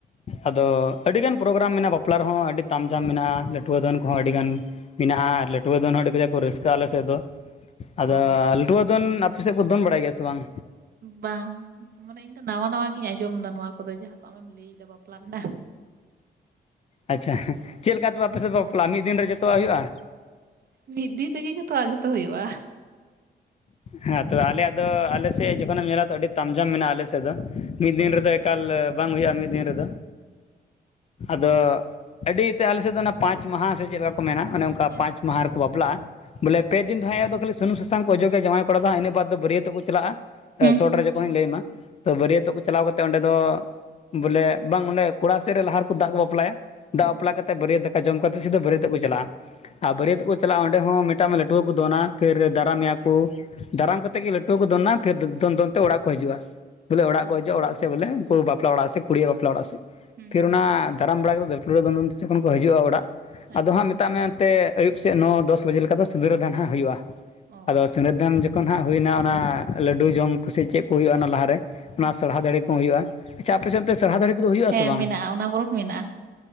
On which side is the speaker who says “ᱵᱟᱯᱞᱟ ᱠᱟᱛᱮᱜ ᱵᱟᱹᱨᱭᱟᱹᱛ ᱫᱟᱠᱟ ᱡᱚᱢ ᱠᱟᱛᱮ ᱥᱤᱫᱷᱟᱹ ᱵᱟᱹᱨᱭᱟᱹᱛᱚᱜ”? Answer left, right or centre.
Left